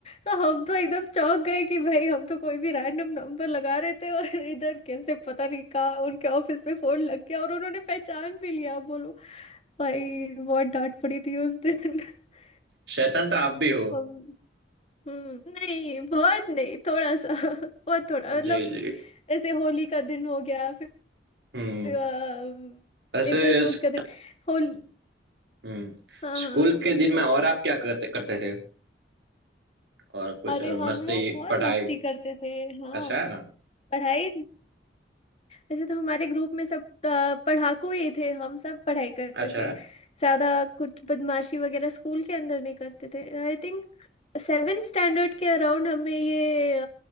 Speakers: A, on the left; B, on the right.
A: तो हम तो एकदम चौंक गए कि भाई हम तो कोई भी रैंडम नंबर लगा रहे थे और <laughs> इधर कैसे पता नहीं कहाँ उनके ऑफिस में फोन लग गया और उन्होंने पहचान भी लिया बोलो भाई बहुत डांट पड़ी थी उस दिन <laughs>
B: <laughs> शैतान तो आप भी हो
A: हम- हम्म नहीं बहुत नहीं थोड़ा सा <laughs> बहुत थोड़ा मतलब
B: जी जी
A: ऐसे होली का दिन हो गया फिर
B: हम्म
A: अम,
B: ऐसे
A: अप्रैल
B: इस-
A: फूल्स का दिन होल
B: हम्म
A: हाँ
B: स्कूल
A: हाँ बोलिए
B: के दिन में और आप क्या करते करते थे और कुछ
A: अरे हम
B: मस्ती
A: लोग बहुत
B: पढ़ाई
A: मस्ती करते थे हाँ
B: अच्छा
A: पढ़ाई वैसे तो हमारे ग्रुप में सब अ, पढ़ाकू ही थे हम सब पढ़ाई करते
B: अच्छा
A: थे ज्यादा कुछ बदमाशी वगैरह स्कूल के अंदर नहीं करते थे आई थिंक सेवन स्टैंडर्ड के अराउंड हमें ये